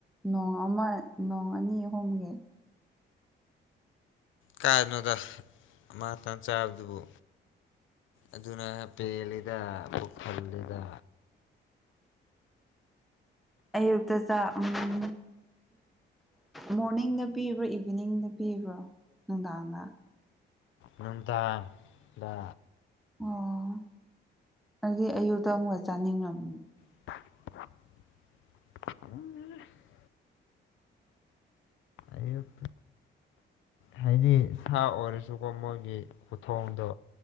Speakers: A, in the centre; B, on the left.
A: ꯅꯣꯡ ꯑꯃ ꯅꯣꯡ ꯑꯅꯤ ꯑꯍꯨꯝꯒꯤ
B: ꯀꯥꯏꯗꯩꯅꯣꯗ ꯑꯃꯥꯇꯪ ꯆꯥꯕꯗꯨꯕꯨ ꯑꯗꯨꯅ ꯄꯦꯜꯂꯤꯗ ꯄꯨꯛ ꯊꯜꯂꯤꯗ
A: ꯑꯌꯨꯛꯇ ꯆꯥꯛ ꯎꯝ ꯃꯣꯔꯅꯤꯡꯗ ꯄꯤꯕ꯭ꯔꯣ ꯏꯚꯤꯅꯤꯡꯗ ꯄꯤꯕ꯭ꯔꯣ ꯅꯨꯡꯗꯥꯡꯗ
B: ꯅꯨꯡꯗꯥꯡꯗ
A: ꯑꯣ ꯑꯗꯨꯗꯤ ꯑꯌꯨꯛꯇ ꯑꯃꯨꯛꯀ ꯆꯥꯅꯤꯡꯉꯝ
B: <unintelligible> ꯑꯌꯨꯛ ꯍꯥꯏꯗꯤ ꯁꯥ ꯑꯣꯏꯔꯁꯨꯀꯣ ꯃꯣꯏꯒꯤ ꯈꯨꯊꯣꯡꯗꯣ